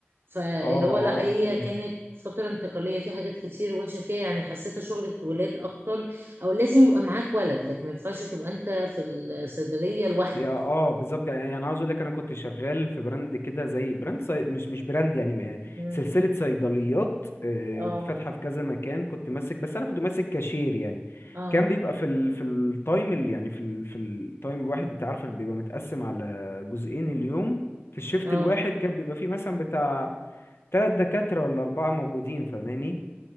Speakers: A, on the right; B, on the left.
A: فاللي
B: اه اه
A: هو لا هي
B: فاهم
A: كانت فترة انتقالية في حاجات كتير وحشة فيها يعني حسيتها شغلة ولاد أكتر أو لازم يبقى معاك ولد لك ما ينفعش تبقى أنت في الصيدلية لوحدك
B: يا اه بالظبط يعني يعني عاوز اقول لك انا كنت شغال في براند كده زي براند صي... مش مش براند يعني آه،
A: مم.
B: سلسله صيدليات آه،
A: اه
B: فاتحه في كذا مكان كنت ماسك بس انا كنت ماسك كاشير يعني
A: اه
B: كان بيبقى في ال... في التايم ال... يعني في ال... في التايم الواحد انت عارفه اللي بيبقى متقسم على جزئين اليوم في الشيفت
A: اه
B: الواحد كان بيبقى فيه مثلا بتاع تلات دكاتره ولا اربعه موجودين فماني